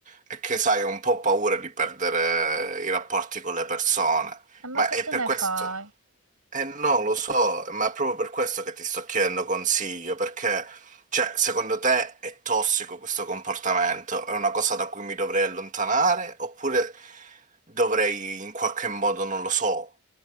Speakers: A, on the right; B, on the right.
A: È che, sai, ho un po' paura di perdere i rapporti con le persone,
B: eh, ma
A: ma
B: che
A: è
B: te
A: per
B: ne
A: questo.
B: fai?
A: Eh no, lo so, ma è proprio per questo che ti sto chiedendo consiglio, perché, cioè, secondo te è tossico questo comportamento? È una cosa da cui mi dovrei allontanare? Oppure dovrei in qualche modo, non lo so,